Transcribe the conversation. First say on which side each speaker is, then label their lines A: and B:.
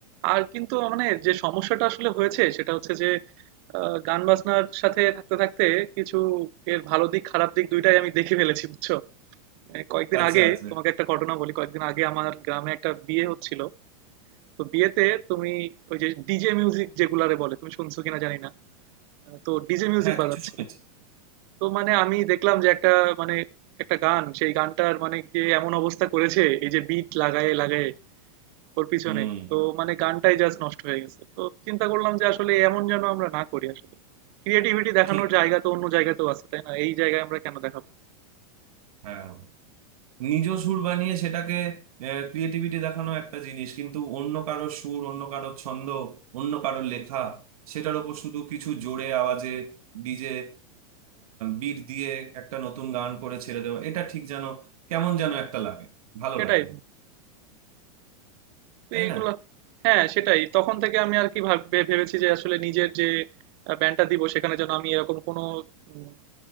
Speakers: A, on the right (about 40°); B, on the right (about 70°).
A: আর কিন্তু মানে যে সমস্যাটা আসলে হয়েছে সেটা হচ্ছে যে আহ, গান বাজনার সাথে থাকতে থাকতে কিছু এর ভালো দিক খারাপ দিক দুইটাই আমি দেখে ফেলেছি বুঝছো এই কয়েকদিন
B: আচ্ছা
A: আগে
B: আচ্ছা
A: তোমাকে একটা ঘটনা বলি কয়েকদিন আগে আমার গ্রামে একটা বিয়ে হচ্ছিল তো বিয়েতে তুমি ওই যে ডিজে মিউজিক যেগুলারে বলে তুমি শুনছো কিনা জানি না আহ, তো ডিজে মিউজিক
B: হ্যাঁ
A: বাজাচ্ছে
B: কিছু শুনেছি
A: তো মানে আমি দেখলাম যে একটা মানে একটা গান সেই গানটার মানে যে এমন অবস্থা করেছে এই যে বিট লাগায়ে লাগায়ে ওর পিছনেই।
B: হুম
A: তো মানে গানটাই জাস্ট নষ্ট হয়ে গেছে। তো চিন্তা করলাম যে আসলে এমন যেন আমরা না করি আসলে। ক্রিয়েটিভিটি দেখানোর
B: ঠিক
A: জায়গা তো অন্য জায়গাতেও আছে, তাই না? এই জায়গায় আমরা কেন দেখাবো?
B: হ্যাঁ নিজ সুর বানিয়ে সেটাকে ক্রিয়েটিভিটি দেখানো একটা জিনিস কিন্তু অন্য কারো সুর অন্য কারো ছন্দ অন্য কারো লেখা সেটার ওপর শুধু কিছু জোরে আওয়াজে ডিজে বিট দিয়ে একটা নতুন গান করে ছেড়ে দেওয়া এটা ঠিক যেন কেমন যেন একটা লাগে ভালো
A: সেটাই
B: লাগে না
A: তো
B: তাই
A: এইগুলা
B: না
A: হ্যাঁ, সেটাই। তখন থেকে আমি আর কি ভাব ভে ভেবেছি যে আসলে নিজের যে আ ব্যান্ডটা দিব সেখানে যেন আমি এরকম কোনো উম